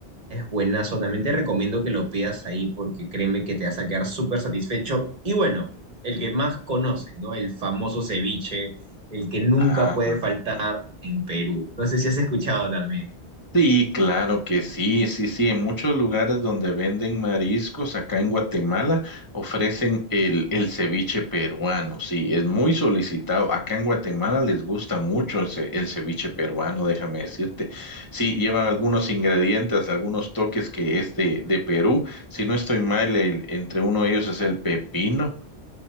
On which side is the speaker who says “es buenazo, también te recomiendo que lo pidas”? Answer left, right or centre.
Right